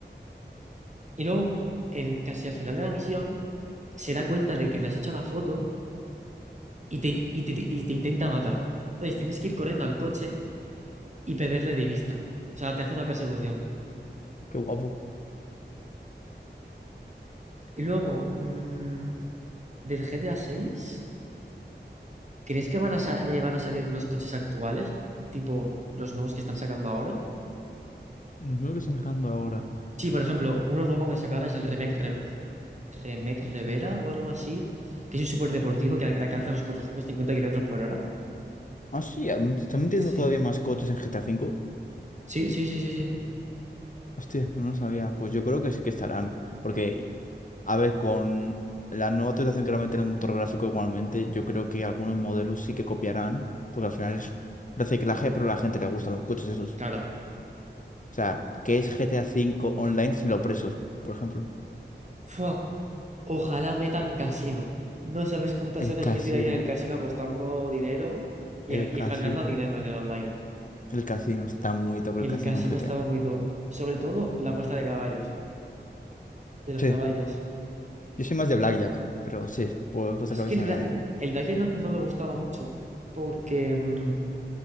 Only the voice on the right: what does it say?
Y luego, en- casi al final de la misión, se da cuenta de que le has hecho la foto y te, y te- y te intenta matar. Entonces tienes que ir corriendo al coche y perderle de vista. O sea, te hace una persecución.
Y luego, mm, del G T A seis ¿crees que van a, sa- eh, van a salir los coches actuales? Tipo los nuevos que están sacando ahora.
Sí, por ejemplo, uno nuevo que han sacado ahora es el Remake, Re- Remake Revera o algo así, que es un superdeportivo que alcanza los 450 kilómetros por hora.
Sí.
Sí, sí, sí, sí, sí.
Claro,
Fua, ojalá metan casino. No sabes cuántas
horas
me he tirado yo en el casino apostando dinero y,
y farmeando dinero en el online.
El
casino
estaba muy top. Sobre todo la apuesta de caballos, de los
caballos.
Es
que el,
bla-
el blackjack no, no me gustaba mucho porque mm,